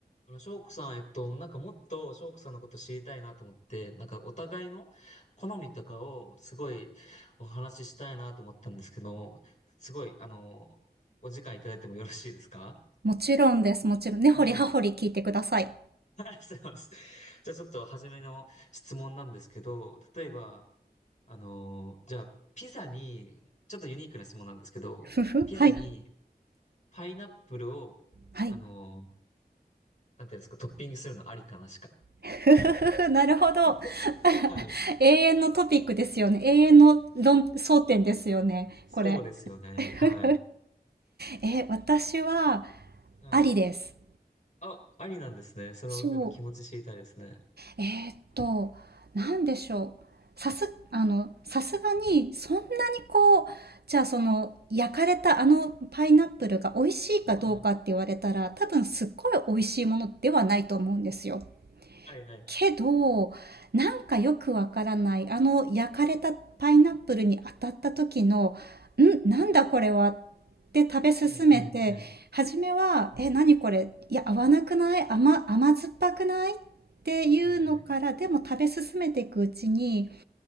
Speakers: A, on the left (about 50°); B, on the right (about 75°).
A: あの、翔子さん、えっと、なんかもっと翔子さんのこと知りたいなと思って、なんかお互いの好みとかをすごいお話ししたいなと思ったんですけど、すごい、あの、お時間いただいてもよろしいですか
B: もちろんです。もちろん。ねほりはほり聞いてください。
A: はい。ありがとうございます。じゃあちょっと初めの質問なんですけど、例えば、あの、じゃあピザに、ちょっとユニークな質問なんですけど、
B: ふふ。
A: ピザに
B: はい。
A: パイナップルを、
B: はい。
A: あの、なんていうんですか、トッピングするのありかなしか。
B: ふふふふ。なるほど。
A: <laughs>
B: <laughs>
A: はい。
B: 永遠のトピックですよね。永遠の論争点ですよね。
A: そうですよね。
B: これ。ふふ
A: はい。
B: えー、私は、
A: はい。
B: ありです。
A: あ、ありなんですね。その、
B: そう。
A: なんか気持ち知りたいですね。
B: えーっと、なんでしょう。さす、あの、さすがに、そんなにこう、じゃあその、焼かれたあのパイナップルが美味しいかどうかって言われたら、
A: はい。
B: 多分すっごい美味しいものではないと思うんですよ。
A: はいはい。
B: けど、なんかよくわからない、あの焼かれたパイナップルに当たった時の、ん、なんだこれはって食べ進めて、
A: はいはいはい。
B: 初めは、え、何これ、いや、合わなくない甘、甘酸っぱくないっていうのから、
A: はいはい。
B: でも食べ進めていくうちに、